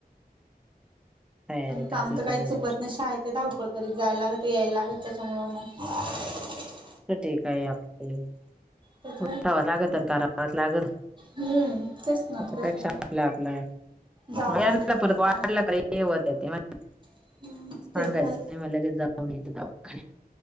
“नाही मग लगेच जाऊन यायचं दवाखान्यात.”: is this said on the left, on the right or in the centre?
Centre